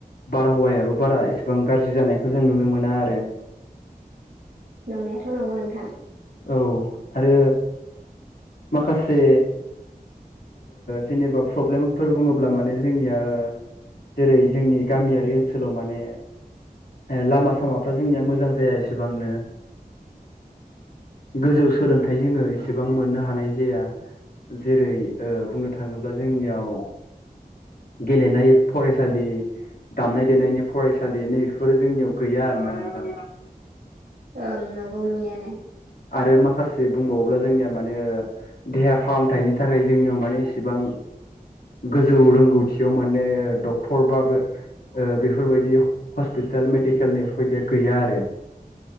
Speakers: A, on the left (about 75°); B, on the right (about 80°).
A: बारहावायाबो बारा इसेबां गाज्रि जानायखौ जों नुनो मोना आरो।
B: नंनायाथ' नंगौ नोंथां।
A: औ आरो माखासे। जेनेबा प्रब्लेमफोर बुङोब्ला माने जोंनिया जेरै जोंनि गामियारि ओनसोलाव माने ए लामा सामाफ्रा जोंनिया मोजां जाया इसेबांनो गोजौ सोलोंथाइ जोङो एसेबां मोननो हानाय जाया जेरै बुंनो थाङोब्ला जोंनियाव। गेलेनाय फरायसालि। दामनाय देनायनि फरायसालिनि बेफोरो जोंनियाव गैया आरो ना।
B: ओं नंगौ नंनांयालाय।
A: आरो माखासे बुंबावोब्ला जोंनिया माने देहा फाहामथायनि थाखाय जोंनियाव माने इसिबां। गोजौ रोंगौथियाव माने डक्टरबाबो। बेफोरबायदि हस्पिताल मेडिकेलनि बेफोरबायदिया गैया आरो।